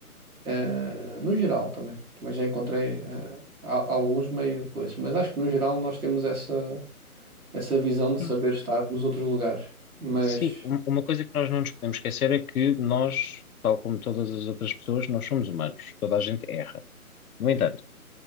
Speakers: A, on the right; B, on the left.
A: Eh, no geral também. Também já encontrei eh, a- alguns meio coisas. Mas acho que no geral nós temos essa, essa visão de
B: Sim,
A: saber estar nos outros lugares. Mas,
B: Sim, um- uma coisa que nós não nos podemos esquecer é que nós, tal como todas as outras pessoas, nós somos humanos. Toda a gente erra. No entanto,